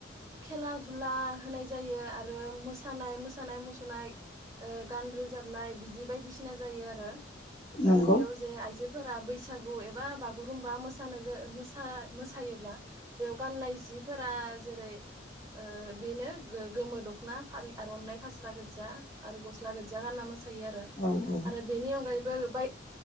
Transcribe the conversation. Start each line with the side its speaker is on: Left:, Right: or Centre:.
Right: खेला धुला होनाय जायो आरो मोसानाय मोसानाय मुसुरनाय ओ गान रोजाबनाय बिदि बायदिसिना जायो आरो।
Left: नंगौ
Right: आरो बेयाव जे आइजोफोरा बैस थागौ एब बा बागुरुमबा मोसानो गो मोसा मोस बेयाव गाननाय जिफोरा जेरै बेनो गो गोमो दख'ना फालि आरनाइ फास्रा गोदजा आरो गस्ला गोदजा गानना मोसा थायो आरो
Left: औ औ
Right: आरो बेनि अनगायै बो बाय